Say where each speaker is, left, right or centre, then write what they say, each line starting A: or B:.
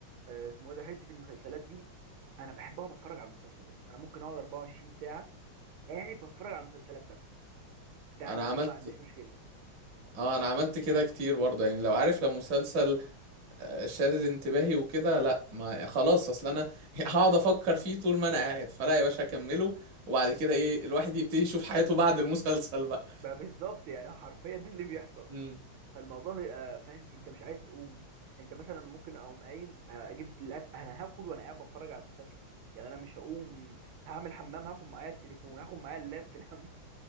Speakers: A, on the right; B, on the right.
A: آه، اسمه ايه ده حته المسلسلات دي انا بحب اقعد اتفرج على المسلسل يا اسطى انا ممكن اقعد 24 ساعه قاعد بتفرج على المسلسلات بس ده
B: انا
A: انا
B: عملت
A: انا ما عنديش مشكله
B: اه انا عملت كده كتير برضه يعني لو عارف لو مسلسل آه، شادد انتباهي وكده لا ما يعني خلاص اصل انا <laughs> هقعد افكر فيه طول ما انا قاعد فلا يا باشا اكمله وبعد كده ايه الواحد يبتدي يشوف حياته بعد المسلسل بقى
A: ب- بالظبط يعني حرفيا ده اللي بيحصل
B: امم
A: فالموضوع بيبقى فاهم انت مش عايز تقوم انت مثلا ممكن اقوم قايم آه، اجيب الاكل انا هاكل وانا قاعد بتفرج على المسلسل يعني انا مش هقوم هعمل حمام هاخد معايا التليفون هاخد معايا اللاب في الحمام